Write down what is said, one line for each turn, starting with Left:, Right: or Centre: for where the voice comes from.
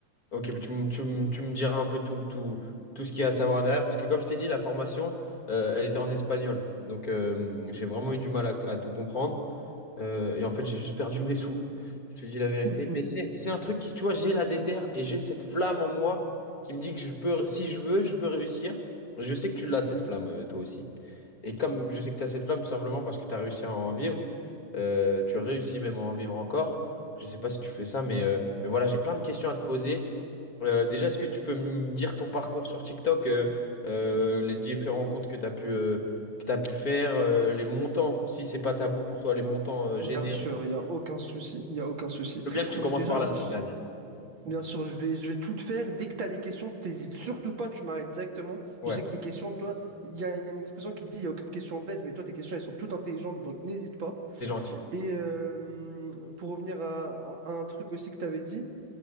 Left: ok, mais tu, me- tu, me tu me diras un peu tout, tout, tout ce qu'il y a à savoir derrière, parce que comme je t'ai dit, la formation, euh, elle était en espagnol, donc euh, j'ai vraiment eu du mal à, à tout comprendre. Euh, et en fait, j'ai juste perdu mes sous. Je te dis la vérité.
Right: <laughs>
Left: Mais c'est c'est un truc qui, tu vois, j'ai la déterre et j'ai cette flamme en moi qui me dit que je peux, si je veux, je peux réussir. Et je sais que tu l'as, cette flamme, euh, toi aussi. Et comme je sais que tu as cette flamme, tout simplement parce que tu as réussi à en vivre, euh, tu as réussi même à en vivre encore. Je sais pas si tu fais ça, mais, euh, mais voilà, j'ai plein de questions à te poser. Euh, déjà, est-ce que tu peux me dire ton parcours sur TikTok, euh, euh, les différents comptes que tu as pu, euh, que tu pu faire, euh, les montants, si c'est pas tabou pour toi, les montants euh, générés.
Right: Bien sûr,
Left: Je
Right: il n'y a aucun souci. Il n'y a aucun souci.
Left: veux bien que tu
Right: Donc
Left: commences
Right: déjà,
Left: par là, s'il
Right: je-
Left: Amir.
Right: bien sûr, je vais, je vais tout te faire. Dès que tu as des questions, t'hésites surtout pas, tu m'arrêtes directement.
Left: Ouais,
Right: Je sais que tes questions, toi, il y a, il y a une expression qui dit il n'y a aucune question bête, mais toi, tes questions, elles sont toutes intelligentes, donc n'hésite pas.
Left: c'est gentil.
Right: Et euh, pour revenir à, à- à un truc aussi que tu avais dit,